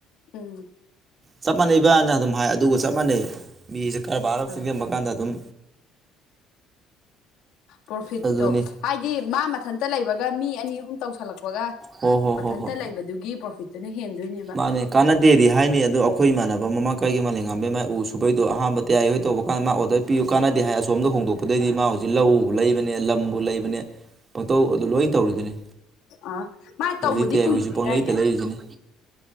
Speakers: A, on the left; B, on the right.
A: ꯎꯝ
B: ꯆꯞ ꯃꯥꯟꯅꯩꯕꯥꯅ ꯑꯗꯨꯝ ꯍꯥꯏ ꯑꯗꯨꯒ ꯆꯞ ꯃꯥꯟꯅꯩ ꯃꯤꯖꯦ ꯀꯔꯕꯥꯔ ꯑꯃ
A: ꯑꯥ
B: ꯆꯦꯖꯟꯕ ꯀꯥꯟꯗ ꯑꯗꯨꯝ
A: ꯄ꯭ꯔꯣꯐꯤꯠꯇꯣ
B: ꯑꯗꯨꯅꯤ
A: ꯍꯥꯏꯗꯤ ꯃꯥ ꯃꯊꯟꯇ ꯂꯩꯕꯒ ꯃꯤ ꯑꯅꯤ ꯑꯍꯨꯝ ꯇꯧꯁꯜꯂꯛꯄ ꯊꯣꯛꯄꯒ
B: ꯍꯣ ꯍꯣ
A: ꯃꯊꯟꯇ
B: ꯍꯣ ꯍꯣ
A: ꯂꯩꯕꯗꯨꯒꯤ ꯄ꯭ꯔꯣꯐꯤꯠꯇꯨꯅ ꯍꯦꯟꯗꯣꯏꯅꯦ
B: ꯃꯥꯅꯦ ꯀꯥꯟꯅꯗꯦꯗꯤ ꯍꯥꯏꯅꯤ ꯑꯗꯣ ꯑꯩꯈꯣꯏ ꯏꯃꯥꯟꯅꯕ ꯑꯃ ꯀꯔꯤꯒꯤ ꯃ ꯌꯥꯝꯥꯕ ꯃꯥꯏ ꯎꯨꯕꯩꯗꯣ ꯑꯍꯥꯟꯕ ꯇꯌꯥ ꯍꯣꯏ ꯇꯧꯕ ꯀꯥꯟ ꯃꯥꯔ ꯄꯤꯌ ꯀꯥꯟꯅꯗꯦ ꯍꯥꯏ ꯑꯁꯣꯗ ꯍꯣꯡꯗꯣꯛꯀ ꯗꯩꯗꯤ ꯃꯥ ꯍꯧꯖꯤꯛ ꯂꯧ ꯂꯩꯕꯅꯦ ꯂꯝꯕꯨ ꯂꯩꯕꯅꯦ ꯄꯪꯇꯧ ꯑꯗꯨ ꯂꯣꯏ ꯇꯧꯔꯤꯗꯨꯅꯤ
A: ꯑꯥ ꯃꯥ
B: ꯑꯗꯨꯗꯤꯇ
A: ꯇꯧꯕꯗꯤ
B: ꯑꯩꯈꯣꯏꯁꯨ
A: ꯀꯨꯏꯗ꯭ꯔꯤꯗꯥꯏꯅꯦ
B: ꯄꯣꯂꯩꯇ ꯂꯩꯔꯤꯗꯨꯅꯦ